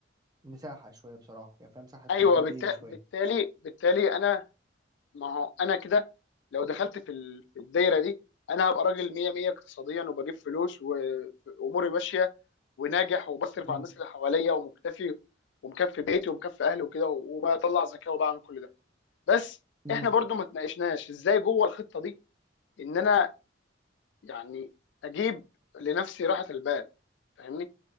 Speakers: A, on the right (about 20°); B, on the left (about 70°).
A: للمساحة شوية بصراحة يعني فاهم مساحة
B: ايوه
A: رمادية
B: بالت...
A: شوية
B: بالتالي بالتالي انا ما هو انا كده لو دخلت في ال... في الدايره دي انا هبقى راجل 100 100 اقتصاديا وبجيب فلوس واموري ماشيه وناجح وبصرف
A: مم.
B: على الناس اللي حواليا ومكتفي ومكفي بيتي ومكفي اهلي وكده وبطلع زكاه وبعمل كل ده بس
A: مم.
B: احنا برضو ما تناقشناش ازاي جوه الخطه دي ان انا يعني اجيب لنفسي راحه البال فاهمني